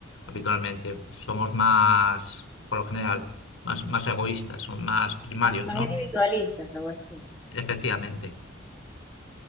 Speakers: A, on the left; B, in the centre.
A: habitualmente. Somos más, por lo general, más, más egoístas, son más primarios,
B: más, más
A: ¿no?
B: individualistas, lo ves tú.
A: Efectivamente.